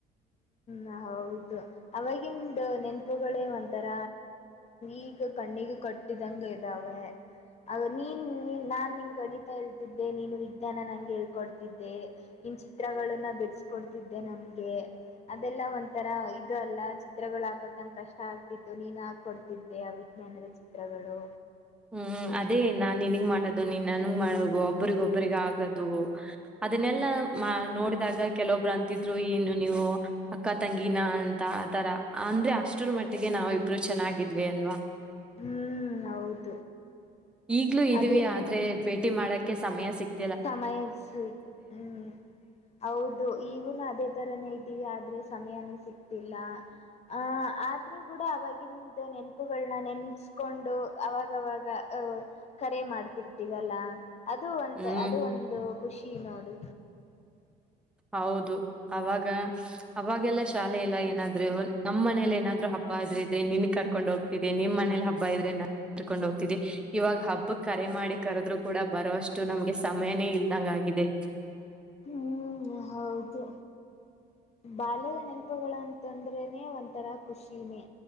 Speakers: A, on the left; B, in the centre.
A: ಹ ಹೌದು ಅವವಾಗಿಂದು ನೆನ್ಪುಗಳೇ ಒಂತರ. ಈಗ ಕಣ್ಣಿಗೆ ಕಟ್ಟಿದಂಗ ಇದಾವೆ. ಆ ನೀನ್ ನಾನ್ ನಿನ್ ಗಣಿತ ಹೇಳ್ತಿದ್ದೆ ನೀನು ವಿಜ್ಞಾನ ನಂಗೆ ಹೇಳ್ಕೊಡ್ತಿದ್ದೆ. ಇನ್ ಚಿತ್ರಗಳನ್ನ ಬಿಡಸಕೊಡ್ತಿದ್ದೆ ನಮ್ಗೆ ಅ. ಅದೆಲ್ಲ ಒಂಥರ ಇದು ಅಲ್ಲ ಚಿತ್ರಗಳು ಹಾಕಕ್ ನಂಗೆ ಕಷ್ಟ ಆಗ್ತಿತ್ತು ನೀನ್ ಹಾಕೊಡ್ತಿದ್ದೆ ಆ ವಿಜ್ಞಾನದ. ಚಿತ್ರಗಳು.
B: ಹ್ಮ್ ಅದೇ ನಾನ್ ನಿನಗ್ ಮಾಡೋದು ನೀನ್ ನನ್ಗ್ ಮಾಡದು ಒಬ್ಬರಿಗೊಬರಿಗ ಆಗದು. ಅದನ್ನೆಲ್ಲಾ ನೋಡಿದಾಗ ಕೆಲವೊಬ್ರು ಅಂತಿದ್ರು ಏನು ನೀವು ಅಕ್ಕ ತಂಗಿನ ಅಂತ. ಆ ತರ ಅಂದ್ರೆ ಅಷ್ಟರ ಮಟ್ಟಿಗೆ ನಾವಿಬ್ರು ಇಬ್ರು ಚೆನ್ನಾಗಿದ್ವಿ ಅಲ್ವಾ.
A: ಹ್ಮ್ ಹೌದು.
B: ಈಗ್ಲೂ ಇದೀವಿ
A: ಅದೇ
B: ಆದ್ರೆ ಭೇಟಿ ಮಾಡಕ್ಕೆ ಸಮಯ ಸಿಕ್ತ.
A: ಸಮಯರಿಸ ಹ್ಮ್ ಹೌದು ಈಗುನು ಅದೇ ತರನೇ ಇದ್ದೀವಿ ಅ. ಆದ್ರೆ ಸಮಯಾನೇ ಸಿಗ್ತಿಲ್ಲ. ಅಹ ಆದ್ರೂ ಕೂಡ ಅವವಾಗಿಂದ ನೆನಪುಗಳನ್ನ ನೆನ್ಸ್ಕೊಂಡು ಅವಾಗವಾಗ. ಕರೆ ಮಾಡ್ತಿರ್ತವಲ್ಲ ಅದು. ಒಂತ
B: ಹ್ಮ್.
A: ಅದು ಒಂದು ಖುಷಿ ನೋಡು.
B: ಹೌದು ಅವಾಗ ಅವಾಗೆಲ್ಲ ಶಾಲೆ ಎಲ್ಲ ಏನಾದ್ರರು ನಮ್ಮ್ ಮನೇಲಿ ಏನಾದ್ರು ಹಬ್ಬ. ಹಬ್ಬ ಆದ್ರ ಇದ್ರೆ ನಿನ್ ಕರ್ಕೊಂಡ್ ಹೋಗ್ತಿದೆ ನಿಮ್ಮ ಮನೇಲಿ ಹಬ್ಬ ಇದ್ರೆ. ಕರ್ಕೊಂಡ್ ಹೋಗ್ತಿದೆ ಇವಾಗ ಹಬ್ಬ ಕರೆ ಮಾಡಿ ಕರೆದ್ರು ಕೂಡ ಬರೋಷ್ಟು ನಮ್ಗೆ ಸಮಯನೇ ಇಲ್ದಂಗ. ಇದೆ.
A: ಹ್ಮ್ ಹೌದು. ಬಾಲ್ಯದ ನೆನಪುಗಳು ಅಂತಂದ್ರೆನೆ ಒಥರ ಖುಷಿನೇ